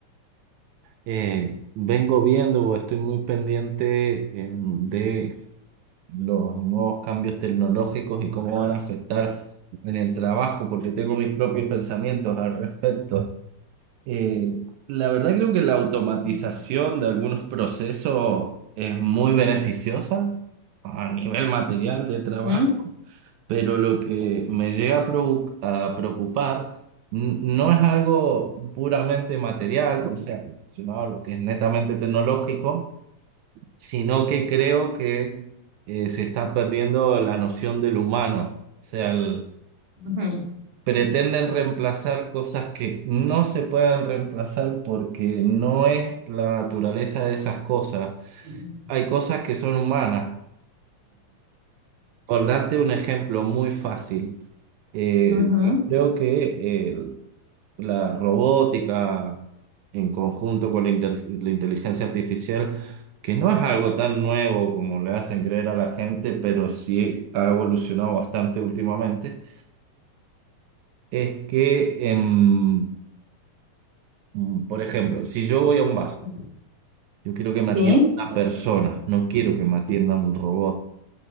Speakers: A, on the right; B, on the right.
A: eh, vengo viendo o estoy muy pendiente em, de los nuevos cambios tecnológicos y cómo van a afectar en el trabajo, porque tengo mis propios pensamientos al respecto. Eh, la verdad creo que la automatización
B: Mm.
A: de algunos procesos es muy beneficiosa a nivel material de trabajo.
B: ¿Mm?
A: pero lo que me llega a provo- a preocupar n- no es algo puramente material, o sea, relacionado a lo que es netamente tecnológico, sino que creo que eh, se está perdiendo la noción del humano, o sea, el-
B: Ujú,
A: pretenden reemplazar cosas que no se pueden reemplazar porque no es la naturaleza de esas cosas.
B: Mm.
A: Hay cosas que son humanas por darte un ejemplo muy fácil, eh,
B: ujú.
A: yo creo que eh, la robótica en conjunto con la, inter- la inteligencia artificial, que no es algo tan nuevo como le hacen creer a la gente, pero sí ha evolucionado bastante últimamente, es que, em, mm, por ejemplo, si yo voy a un
B: Ujú.
A: bar, yo quiero que me atienda
B: Sí,
A: una persona, no quiero que me atienda un robot.